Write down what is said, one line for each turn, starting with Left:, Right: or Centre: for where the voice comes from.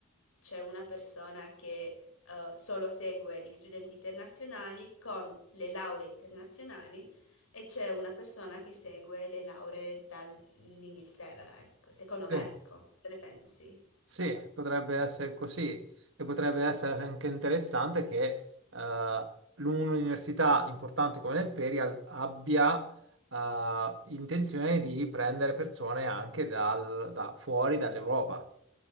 Left: c'è una persona che eh, solo segue gli studenti internazionali con le lauree internazionali e c'è una persona che segue le lauree dall'Inghilterra. Ecco, secondo
Right: sì,
Left: me, ecco, se ne pensi?
Right: Sì, potrebbe essere così e potrebbe essere anche interessante che eh, un'università importante come l'Imperial abbia eh, intenzione di prendere persone anche dal- da fuori dall'Europa.